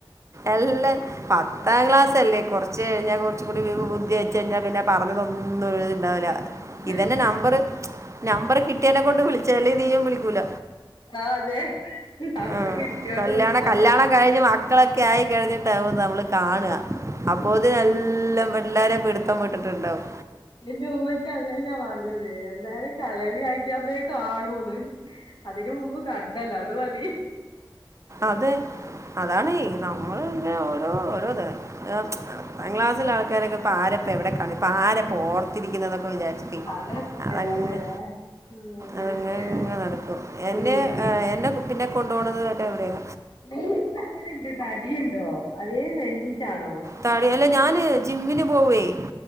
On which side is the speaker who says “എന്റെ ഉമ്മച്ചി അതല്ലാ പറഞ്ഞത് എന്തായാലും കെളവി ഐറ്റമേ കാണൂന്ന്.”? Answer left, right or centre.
Left